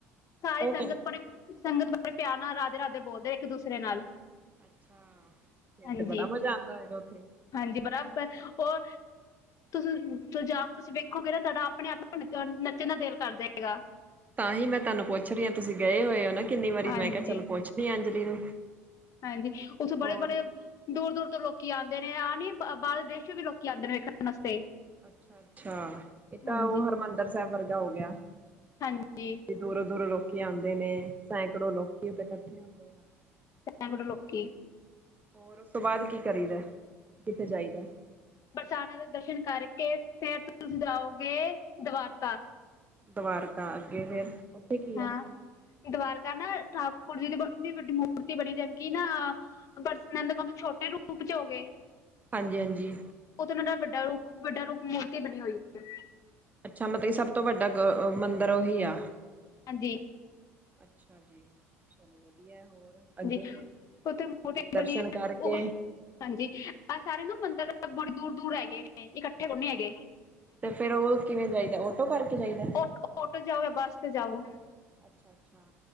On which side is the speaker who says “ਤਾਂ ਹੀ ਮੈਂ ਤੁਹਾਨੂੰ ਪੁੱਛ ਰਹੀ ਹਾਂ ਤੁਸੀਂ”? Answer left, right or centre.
Right